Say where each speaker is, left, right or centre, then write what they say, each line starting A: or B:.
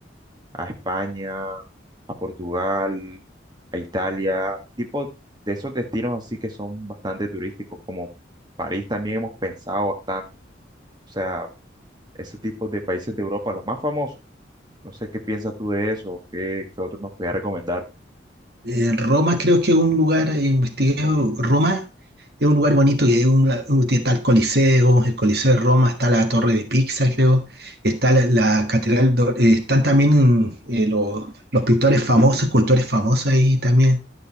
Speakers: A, on the right (about 20°); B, on the right (about 55°).
A: a España, a Portugal, a Italia, tipo de esos destinos así que son bastante turísticos, como París también hemos pensado bastante, o sea, ese tipo de países de Europa, los más famosos. No sé qué piensas tú de eso, qué, qué otros nos puedes recomendar.
B: Eh, Roma creo que es un lugar, eh, investigué, Roma es un lugar bonito que es un, un- está el Coliseo, el Coliseo de Roma, está la Torre de Pisa, creo, está la, la Catedral, do- eh, están también eh, los, los pintores famosos, escultores famosos ahí también,